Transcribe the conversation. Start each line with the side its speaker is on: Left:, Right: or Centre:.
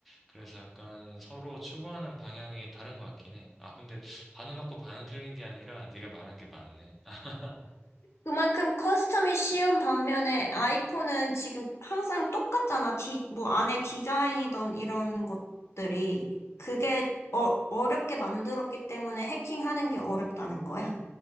Centre: 그래서 약간 서로 추구하는 방향이 다른 것 같긴 해. 아, 근데 반은 맞고 반은 틀린 게 아니라 네가 말한 게 맞네. <laughs>
Left: 그만큼 커스텀이 쉬운 반면에 아이폰은 지금 항상 똑같잖아. 디, 뭐 안에 디자인이던 이런 것들이. 그게 어, 어렵게 만들었기 때문에 해킹하는 게 어렵다는 거야.